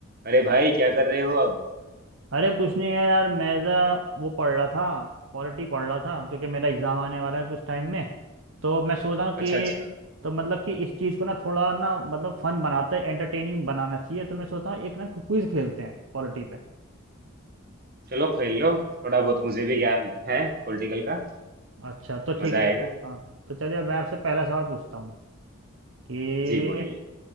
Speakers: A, on the right (about 45°); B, on the right (about 60°).
A: अरे भाई क्या कर रहे हो अब
B: अरे कुछ नहीं है यार मैं ज़रा वो पढ़ रहा था पॉलिटी पढ़ रहा था क्योंकि मेरा एग्ज़ाम आने वाला है कुछ टाइम में तो मैं सोच रहा हूँ
A: अच्छा
B: कि
A: अच्छा
B: तो मतलब कि इस चीज़ को ना थोड़ा ना मतलब फन बनाते हैं एंटरटेनिंग बनाना चाहिए तो मैं सोचता हूँ एक ना क्विज खेलते हैं पॉलिटी पे
A: चलो खेल लो थोड़ा बहुत मुझे भी ज्ञान है पॉलिटिकल का
B: अच्छा तो ठीक
A: मजा
B: है
A: आएगा
B: तो हाँ तो चलिए मैं आपसे पहला सवाल पूछता हूँ कि
A: जी बोलिए